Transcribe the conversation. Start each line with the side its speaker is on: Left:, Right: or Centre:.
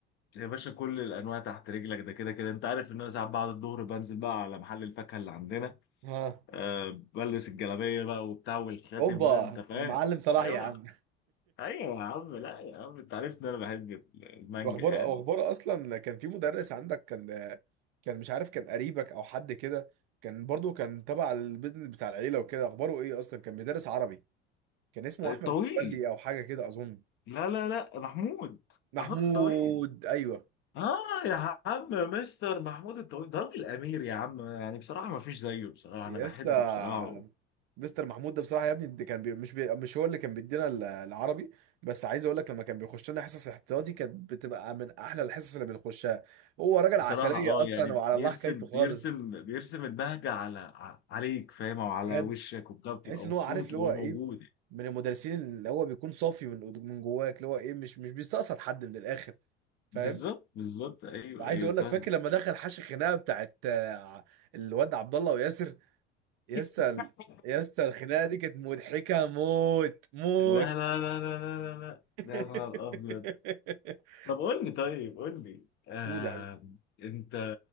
Left: يا باشا كل الانواع تحت رجلك ده كده كده انت عارف ان انا ساعات بعد الظهر بنزل بقى على محل الفاكهه اللي عندنا
Right: ها
Left: آه بلبس الجلابيه بقى وبتاع والخاتم
Right: اوبا
Left: بقى انت فاهم
Right: المعلم صلاح
Left: ايوه
Right: يا عم
Left: ايوه يا عم لا يا عم انت عارف ان انا بحب المانجا
Right: واخبار واخبار
Left: يعني
Right: اصلا كان في مدرس عندك كان كان مش عارف كان قريبك او حد كده كان برضو كان تبع البيزنس بتاع العيله وكده اخباره ايه اصلا كان بيدرس عربي كان اسمه
Left: آه،
Right: احمد
Left: الطويل
Right: متولي او حاجه كده اظن
Left: لا لا لا محمود
Right: محمود
Left: محمود الطويل
Right: ايوه
Left: اه يا عم مستر محمود الطويل ده راجل امير يا عم يعني بصراحه ما فيش زيه بصراحه
Right: يسا
Left: انا بحبه بصراحه
Right: مستر محمود ده بصراحه يا ابني ده كان بي مش بي مش هو اللي كان بيدينا ال- العربي بس عايز اقول لك لما كان بيخش لنا حصص احتياطي كانت بتبقى من احلى الحصص اللي بنخشها هو راجل
Left: بصراحه
Right: عسليه
Left: اه
Right: اصلا
Left: يعني
Right: وعلى
Left: بيرسم
Right: الله حكايته
Left: بيرسم
Right: خالص
Left: بيرسم البهجه على ع- عليك فاهم او على
Right: بجد
Left: وشك وبتاع بتبقى
Right: تحس ان
Left: مبسوط
Right: هو عارف اللي
Left: وهو
Right: هو ايه
Left: موجود
Right: من المدرسين اللي هو بيكون صافي من من جواك اللي هو ايه مش مش بيستقصد حد من الاخر فاهم
Left: بالظبط بالظبط ايوه
Right: وعايز
Left: ايوه
Right: اقول
Left: فاهم
Right: لك فاكر لما دخل حاشي خناقه بتاعت آه، الواد عبد الله وياسر يسا
Left: لا
Right: ال- يسا الخناقه دي كانت مضحكه موت موت
Left: لا لا لا لا لا لا
Right: <laughs>
Left: ده يا نهار ابيض طب قول لي طيب قول لي آه
Right: قول يا حبيبي
Left: انت